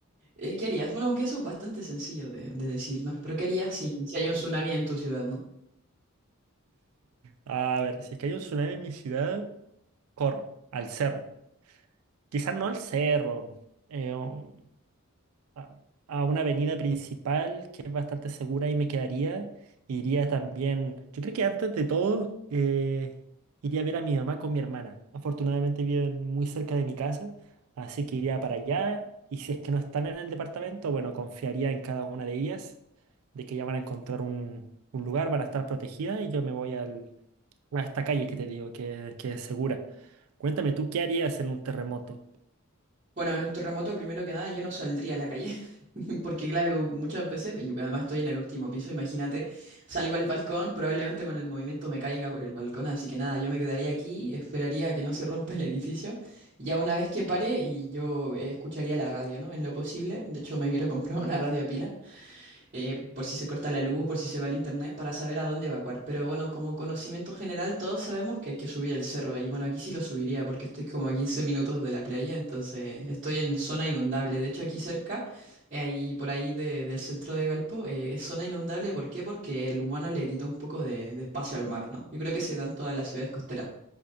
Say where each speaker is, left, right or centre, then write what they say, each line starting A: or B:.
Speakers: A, on the right; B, on the right.
A: Eh, ¿Qué harías? Bueno, aunque eso es bastante sencillo de, de decir, ¿no? Pero ¿qué harías si, si hay un tsunami en tu ciudad, ¿no?
B: A ver, si es que hay un tsunami en mi ciudad, corro al cerro. Quizás no al cerro, eh, un- a, a una avenida principal que es bastante segura y me quedaría. Iría también, yo creo que antes de todo, eh, iría a ver a mi mamá con mi hermana. Afortunadamente viven muy cerca de mi casa, así que iría para allá. Y si es que no están en el departamento, bueno, confiaría en cada una de ellas, de que ya van a encontrar un, un lugar, van a estar protegidas y yo me voy al- a esta calle que te digo, que, que es segura. Cuéntame, ¿tú qué harías en un terremoto?
A: Bueno, en un terremoto, primero que nada, yo no saldría a la calle, <laughs> porque claro, muchas veces, y además estoy en el último piso, imagínate, salgo al balcón, probablemente con el movimiento me caiga por el balcón, así que nada, yo me quedaría aquí, esperaría a que no se rompa el edificio, y ya una vez que pare, y yo eh, escucharía la radio, ¿no? En lo posible, de hecho me quiero comprar <laughs> una radio a pila, eh, por si se corta la luz, por si se va el internet, para saber a dónde evacuar. Pero bueno, como conocimiento general, todos sabemos que hay que subir el cerro. Y bueno, aquí sí lo subiría porque estoy como a 15 minutos de la playa, entonces estoy en zona inundable. De hecho, aquí cerca, eh, ahí por ahí de- del centro de Valpo, eh, es zona inundable. ¿Por qué? Porque el humano le quita un poco de, de espacio al mar, ¿no? Yo creo que se dan todas las ciudades costeras.